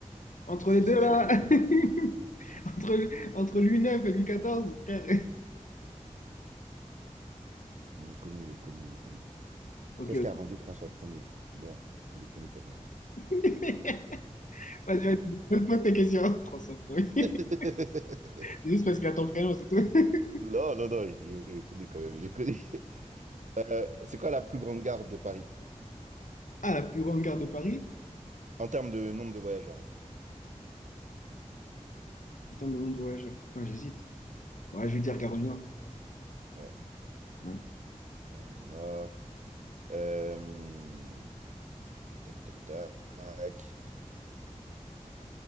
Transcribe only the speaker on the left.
Entre
les deux
là,
<laughs> entre, entre Louis IX et Louis XIV, frère.
Ok,
ok.
<laughs> Vas-y, vas-y, pose pose ta question. <laughs> François Pourri. <laughs>
C'est juste parce qu'il y a ton prénom, c'est tout. <laughs>
Ah, la plus grande gare de Paris?
En termes de nombre de voyageurs. Putain, j'hésite. Ouais, je vais dire Gare du Nord.
Ouais.